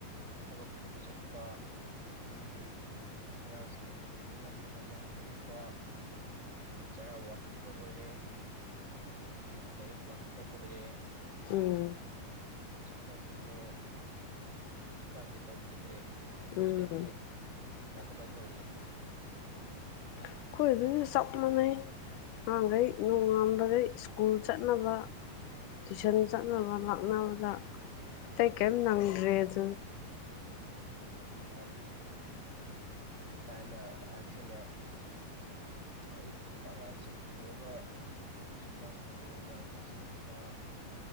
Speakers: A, on the right; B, on the left.
A: ꯊꯕꯛ ꯁꯨꯕ ꯆꯠꯄ ꯑꯗꯩꯗꯤ ꯑꯉꯥꯡꯁꯤꯡ ꯉꯟꯅ ꯉꯟꯅ ꯍꯧꯗꯣꯛꯄꯩ ꯑꯗꯒꯤ ꯆꯔꯥ ꯋꯥꯜꯍꯟꯕ ꯑꯣꯏꯔꯦ ꯑꯗꯒꯤꯗꯤ ꯂꯥꯏꯔꯤꯛ ꯄꯥꯍꯟꯕ ꯑꯣꯏꯔꯦ
B: ꯎꯝ
A: ꯆꯠꯅꯕꯤꯗꯣ ꯍꯧꯖꯤꯛꯀꯥꯟꯁꯦ ꯇꯧꯈꯤꯗ꯭ꯔꯦ ꯑꯗꯨꯅꯗꯗꯤ
B: ꯎꯝ
A: ꯀꯃꯥꯏ ꯀꯃꯥꯏ ꯇꯧꯔꯤ
B: ꯑꯩꯈꯣꯏ ꯑꯗꯨꯁꯨ ꯆꯞ ꯃꯥꯟꯅꯩ ꯑꯉꯥꯡꯈꯩ ꯅꯣꯡꯉꯥꯟꯕꯗꯩ ꯁ꯭ꯀꯨꯜ ꯆꯠꯅꯕ ꯇꯨꯏꯁꯟ ꯆꯠꯅꯕ ꯂꯥꯛꯅꯕꯗ ꯑꯇꯩ ꯀꯔꯤꯝ ꯅꯪꯗ꯭ꯔꯦ ꯑꯗꯨꯅ
A: ꯎ ꯃꯥꯅꯦ ꯀꯅ ꯍꯥꯏꯁꯤꯅ ꯑꯌꯨꯛꯇ ꯑꯉꯥꯡꯁꯤꯡ ꯍꯧꯗꯣꯛꯑꯒ ꯁꯨꯃꯥꯡ ꯇꯤꯂꯣꯡ ꯋꯥꯏ ꯇꯥꯁꯤꯜꯍꯟꯕ